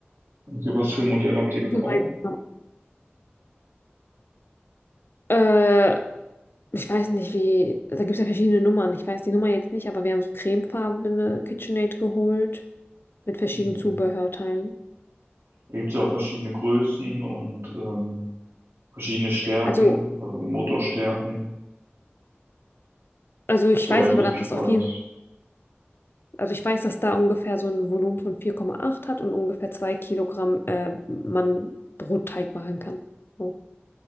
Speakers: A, on the right (about 70°); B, on the left (about 60°).
A: Also was für ein Modell habt ihr gekauft?
B: Für meinen Mann. Äh, ich weiß nicht, wie, da gibt es ja verschiedene Nummern. Ich weiß die Nummer jetzt nicht, aber wir haben so cremefarbene KitchenAid geholt mit verschiedenen
A: Mhm.
B: Zubehörteilen.
A: Da gibt's ja auch verschiedene Größen und ähm, verschiedene Stärken,
B: Also,
A: also Motorstärken,
B: also ich
A: soweit
B: weiß nicht, aber
A: ich
B: da passt
A: weiß.
B: auf jeden Fall. Also ich weiß, dass da ungefähr so ein Volumen von vier Komma acht hat und ungefähr 2 Kilogramm äh, man Brotteig machen kann. So.